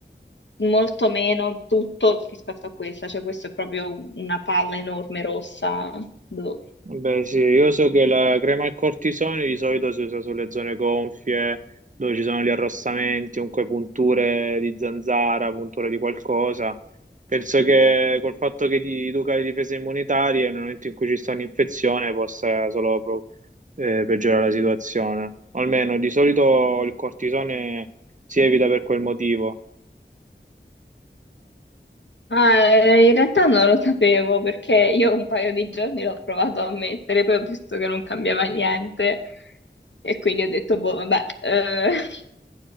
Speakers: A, on the left; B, on the right.
A: molto meno tutto rispetto a questa, cioè questa è proprio una palla enorme rossa. blu.
B: Beh, sì, io so che la crema al cortisone di solito si usa sulle zone gonfie, dove ci sono gli arrossamenti, comunque punture di zanzara, punture di qualcosa. Penso che col fatto che ti educa le difese immunitarie, nel momento in cui ci sta un'infezione, possa solo pro- eh, peggiorare la situazione. O almeno di solito il cortisone si evita per quel motivo,
A: Ah, eh, in realtà non lo sapevo perché io un paio di giorni l'ho provato a mettere, poi ho visto che non cambiava niente e quindi ho detto, boh, vabbè, eh, <laughs>